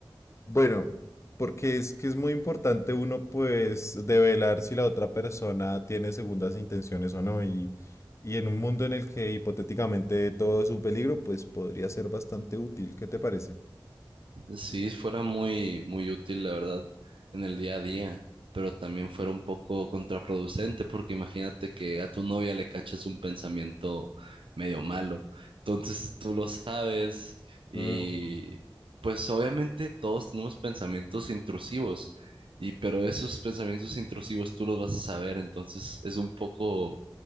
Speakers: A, on the left; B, on the right.
A: bueno, porque es que es muy importante uno pues develar si la otra persona tiene segundas intenciones o no. Y, y en un mundo en el que hipotéticamente todo es un peligro, pues podría ser bastante útil. ¿Qué te parece?
B: Sí, fuera muy, muy útil, la verdad, en el día a día, pero también fuera un poco contraproducente, porque imagínate que a tu novia le cachas un pensamiento medio malo. Entonces tú lo sabes y
A: Mm.
B: pues obviamente todos tenemos pensamientos intrusivos, y pero esos pensamientos intrusivos tú los vas a saber, entonces es un poco